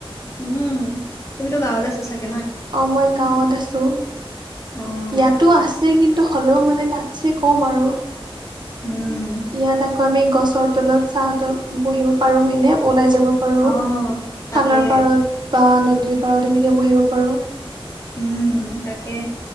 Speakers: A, on the left; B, on the right.
A: উম, তুমিতো গাঁৱত আছা ছাগে।
B: অ' মই গাঁৱত আছোঁ।
A: অ',
B: ইয়াতো আছে কিন্তু হ'লেও মানে তাতছে ক'ম আৰু।
A: উম।
B: ইয়াত আকৌ আমি গছৰ তলত চা তল বহিব পাৰো হয়, নে ওলাই যাব পাৰো
A: অ', তাকে।
B: খালৰ পাৰত বা নদীৰ পাৰত এনেকে বহিব পাৰো।
A: উম, তাকে